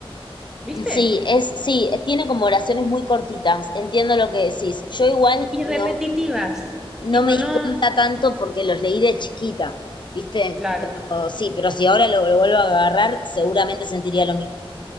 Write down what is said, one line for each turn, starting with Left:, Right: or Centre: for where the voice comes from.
Centre: ¿Viste?
Left: Sí, es, sí, tiene como oraciones muy cortitas, entiendo lo que decís. Yo igual
Centre: Y repetitivas.
Left: no,
Centre: Tipo,
Left: no me
Centre: no,
Left: di cuenta tanto porque los leí de chiquita, ¿viste?
Centre: claro.
Left: Pero sí, pero si ahora lo, lo vuelvo a agarrar, seguramente sentiría lo mismo.